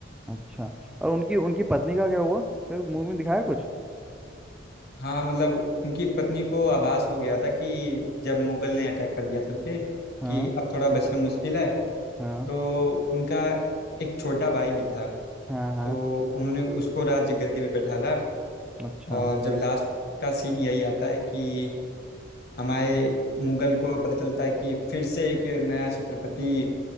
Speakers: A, in the centre; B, on the left.
A: अच्छा और उनकी उनकी पत्नी का क्या हुआ फिर मूवी में दिखाया कुछ
B: हाँ मतलब उनकी पत्नी को आभास हो गया था कि जब मुगल ने अटैक कर दिया था उन पे
A: हाँ
B: कि अब थोड़ा बचना मुश्किल है
A: हाँ
B: तो उनका एक छोटा भाई भी था
A: हाँ हाँ
B: तो उन्होंने उसको राज्य गद्दी पे बैठाला
A: अच्छा
B: और जब लास्ट का सीन यही आता है कि हमारे मुगल को पता चलता है कि फिर से एक नया छत्रपति